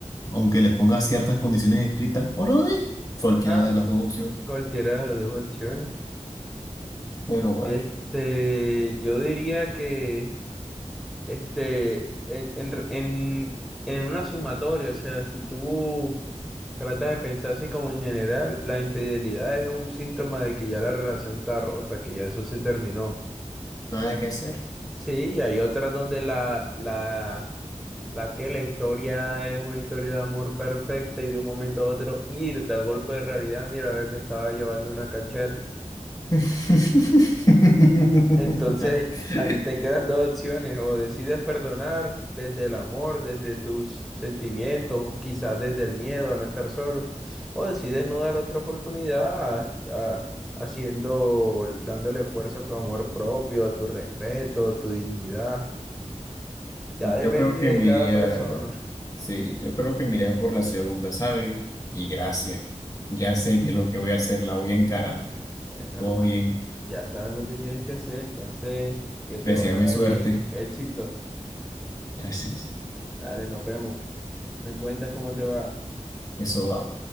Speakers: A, on the left; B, in the centre.
A: aunque les pongas ciertas condiciones estrictas, o no dejes cualquiera
B: Ah,
A: de
B: no.
A: las dos opciones.
B: Cualquiera de las dos opciones.
A: Pero bueno,
B: Este, yo diría que este, en, en, en, en una sumatoria, o sea, si tú tratas de pensar así como en general, la infidelidad es un síntoma de que ya la relación está rota, que ya eso se terminó.
A: nada que hacer.
B: Sí, y hay otras donde la, la, la que la historia es una historia de amor perfecta y de un momento a otro, ir da golpe de realidad, mira, a ver, me estaba llevando una cachera.
A: <laughs>
B: Entonces ahí te quedan dos opciones, o decides perdonar desde el amor, desde tus sentimientos, o quizás desde el miedo a no estar solo, o decides no dar otra oportunidad a- a- haciendo, dándole fuerza a tu amor propio, a tu respeto, a tu dignidad. Ya depende
A: Yo creo que
B: de
A: me
B: cada
A: iría,
B: persona.
A: sí, yo creo que me iría por la segunda, ¿sabes? Y gracias. Ya sé que es lo que voy a hacer, la voy a encarar.
B: Bueno,
A: Todo
B: hermano,
A: bien.
B: ya sabes lo que tienes que hacer, entonces que
A: Deseame
B: te vaya
A: suerte.
B: bien, éxitos.
A: Gracias.
B: Dale, nos vemos. Me cuentas cómo te va.
A: Eso va.